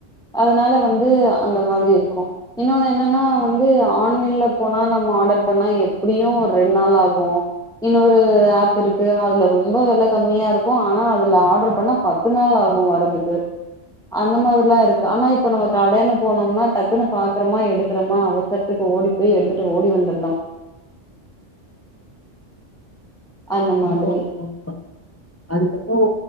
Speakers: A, in the centre; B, on the left (about 20°).
A: அதனால வந்து அந்த மாதிரி இருக்கும் இன்னொன்னு என்னன்னா வந்து ஆன்லைன்ல போனா நம்ம ஆர்டர் பண்ணா எப்டியும் ஒரு ரெண் நாள் ஆகும் இன்னொரு ஆப் இருக்கு அதுல ரொம்ப வில கம்மியா இருக்கும் ஆனா அதுல ஆர்டரு பண்ணா பத்து நாளாகும் வர்றதுக்கு அந்த மாதிரில்லா இருக்கு ஆனா இப்ப நம்ம கடனு போனோம்னா டக் டக்குன்னு பாக்குறமா எடுக்றமா அவசரத்துக்கு ஓடி போய் எடுத்துட்டு ஓடி வந்துர்லா அந்த மாதிரி
B: ஆமா ஆ அதுக்கப்றோ